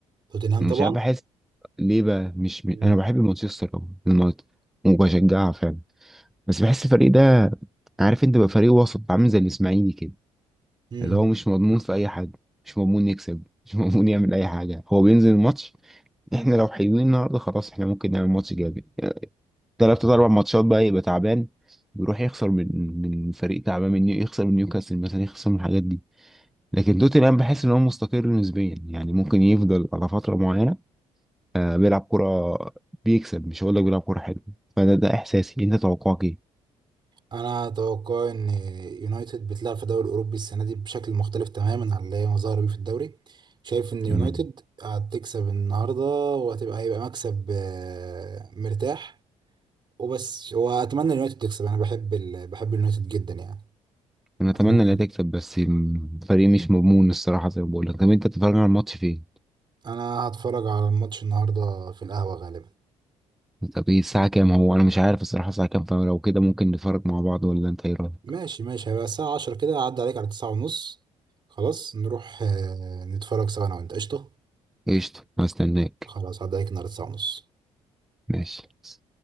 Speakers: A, on the right (about 40°); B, in the centre.
A: توتنهام
B: مش
A: طبعا
B: عارف بحس ليه بقى مش م...
A: مم.
B: انا بحب مانشستر أوي، يونايتد وبشجعها فعلا بس بحس الفريق ده عارف انت بقى فريق وسط عامل زي الاسماعيلي كده
A: مم.
B: اللي هو مش مضمون في اي حاجه مش مضمون يكسب <laughs> مش مضمون يعمل اي حاجه هو بينزل الماتش احنا لو حلوين النهارده خلاص احنا ممكن نعمل ماتش جامد تلات اربع ماتشات بقى يبقى تعبان بيروح يخسر من من فريق تعبان من نيو يخسر من نيوكاسل مثلا يخسر من الحاجات دي لكن توتنهام بحس ان هو مستقر نسبيا يعني ممكن يفضل على فتره معينه آه، بيلعب كرة بيكسب مش هقول لك بيلعب كرة حلوة فده ده احساسي انت توقعك ايه؟
A: انا اتوقع ان يونايتد بتلعب في الدوري الاوروبي السنه دي بشكل مختلف تماما عن اللي هي ظاهره بيه في الدوري شايف ان يونايتد
B: مم.
A: هتكسب النهارده وهتبقى هيبقى مكسب آه، مرتاح وبس واتمنى اليونايتد تكسب انا بحب ال... بحب اليونايتد جدا يعني
B: انا اتمنى
A: اتمنى
B: انها تكسب بس الفريق مش مضمون الصراحة زي ما بقول لك طب انت بتتفرج على الماتش فين؟
A: انا هتفرج على الماتش النهارده في القهوه غالبا
B: طب ايه الساعة كام هو انا مش عارف الصراحة الساعة كام فلو كده ممكن نتفرج مع بعض ولا انت ايه رأيك
A: ماشي ماشي هيبقى الساعه 10 كده هعدي عليك على 9 ونص خلاص نروح آه، نتفرج سوا انا وانت قشطه
B: قشطة هستناك
A: خلاص هعدي عليك النهارده 9 ونص
B: ماشي